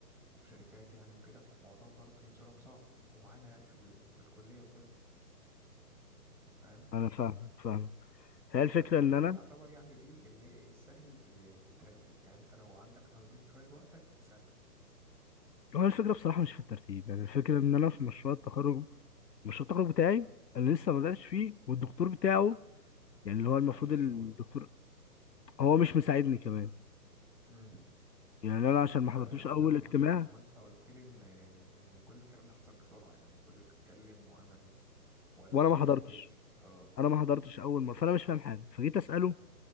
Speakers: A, in the centre; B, on the left (about 80°).
A: وفي شركات يعني وكده فالموضوع برضه بالنسبة لهم صعب ومعانا يعني في, ال... في الكلية وكده فاهم
B: انا فاهم فاهم فهي
A: فالحمد
B: الفكره ان انا
A: لله يعتبر يعني دي اللي هي ايه سهل ت- تترتب يعني انت لو عندك تنظيم شوية لوقتك سهلة
B: هو الفكره بصراحه مش في الترتيب يعني الفكره ان انا في مشروع التخرج مشروع التخرج بتاعي اللي لسه ما بداتش فيه والدكتور بتاعه يعني اللي هو المفروض
A: عايز الشغل
B: الدكتور هو مش مساعدني كمان
A: امم
B: يعني انا عشان
A: هو انت
B: ما حضرتوش
A: هو
B: اول
A: انت هو
B: اجتماع
A: انت هو انت قلت لي ان ان كل الكلام ده حصل بسرعة يعني كل اللي اتكلم وعمل وقال
B: وانا
A: لك انك
B: ما حضرتش
A: ما جيتش اه
B: انا ما حضرتش اول مره فانا مش فاهم حاجه فجيت اساله